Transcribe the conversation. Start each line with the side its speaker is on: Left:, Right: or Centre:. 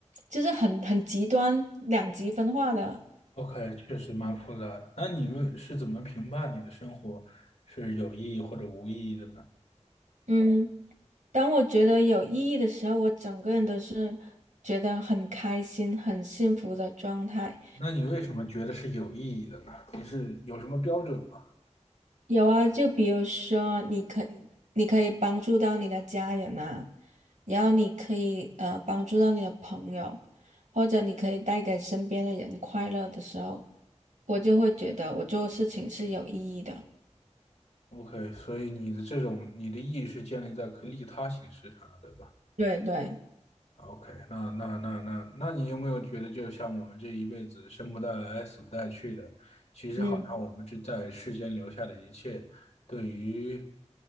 Right: 就是很很极端两极分化的。
Left: ？OK，确实蛮复杂的。那你为是怎么评判你的生活是有意义或者无意义的呢？
Right: 嗯，当我觉得有意义的时候，我整个人都是觉得很开心、很幸福的状态。
Left: 那你为什么觉得是有意义的呢？你是有什么标准吗？
Right: 有啊，就比如说，你可你可以帮助到你的家人啊，然后你可以呃帮助到你的朋友，或者你可以带给身边的人快乐的时候，我就会觉得我做事情是有意义的。
Left: OK，所以你的这种你的意义是建立在可利他形式上的，对吧
Right: 对对，
Left: ？OK，那那那那那你有没有觉得，就像我们这一辈子生不带来，死不带去的，其实好像我们这在世间留下的一切，
Right: 嗯。
Left: 对于